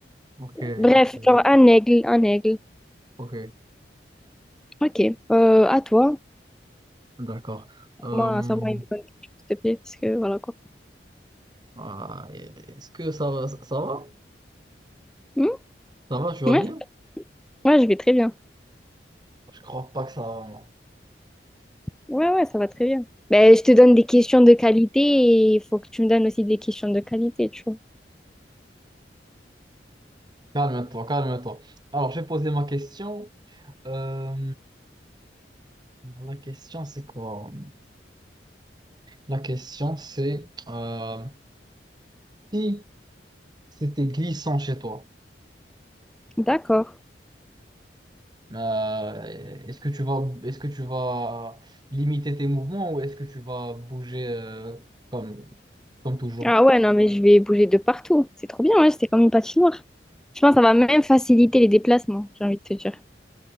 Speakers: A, on the right; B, in the centre.
A: Ok,
B: Bref,
A: ok,
B: genre,
A: ok.
B: un aigle, un aigle.
A: Ok,
B: Ok. Euh, à toi.
A: d'accord. Euh,
B: Moi, ça m'a une bonne question, s'il te plaît, parce que voilà quoi.
A: ah, est-ce que ça va? Ça ça va?
B: Hmm
A: Ça va, tu vas
B: Ouais,
A: bien?
B: ouais, je vais très bien.
A: Je crois pas que ça va. moi.
B: Ouais, ouais, ça va très bien. Ben, je te donne des questions de qualité et il faut que tu me donnes aussi des questions de qualité, tu vois.
A: Calme-toi, calme-toi. Alors, j'ai posé ma question. Euh, la question, c'est quoi? La question, c'est... euh, si C'était glissant chez toi.
B: D'accord.
A: Euh, est-ce que tu vas, est-ce que tu vas limiter tes mouvements ou est-ce que tu vas bouger euh, comme, comme toujours?
B: Ah ouais, non, mais je vais bouger de partout. C'est trop bien, ouais, c'est comme une patinoire. Je pense que ça va même faciliter les déplacements, j'ai envie de te dire.